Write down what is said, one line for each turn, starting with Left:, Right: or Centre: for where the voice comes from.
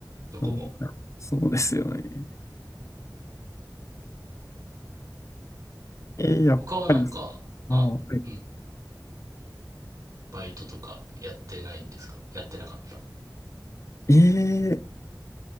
Right: どこも。
Left: なんかそうですよね。えーやっぱり、
Right: 他はなんか、あ、
Left: あー、は
Right: うん。バイトとかやってないんですかやってなかっ
Left: い、え